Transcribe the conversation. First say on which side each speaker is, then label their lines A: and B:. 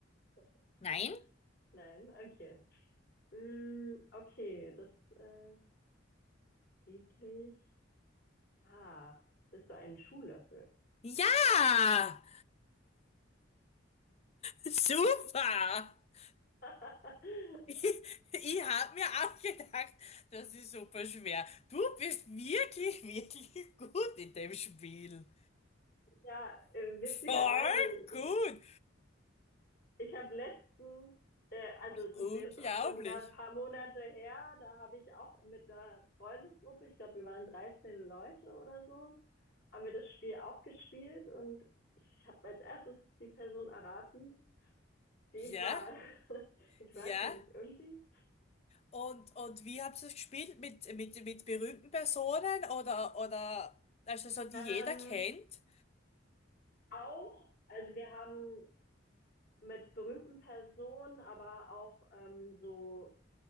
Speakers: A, on the left; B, on the left.
A: <laughs>
B: Nein?
A: Nein, okay. Hm, okay, das äh, täglich. Ah, bist du ein Schuhlöffel?
B: Ja, super. <laughs>
A: <laughs>
B: Ich, ich habe mir auch gedacht, das ist super schwer. Du bist wirklich, <laughs> wirklich gut in dem Spiel.
A: Ja, äh, witzigerweise,
B: Voll gut.
A: ich, ich habe letztens, äh, also das
B: Unglaublich.
A: ist jetzt auch schon wieder ein paar Monate her, da habe ich auch mit einer Freundesgruppe, ich glaube, wir waren 13 Leute oder so, haben wir das Spiel auch gespielt und ich habe als erstes die Person erraten, die ich
B: Ja,
A: war. <laughs> Ich weiß
B: ja.
A: nicht, irgendwie.
B: Und, und wie habt ihr es gespielt? Mit, mit, mit berühmten Personen oder, oder, also so, die
A: Ähm,
B: jeder kennt?
A: auch, also wir haben mit berühmten Personen, aber auch ähm, so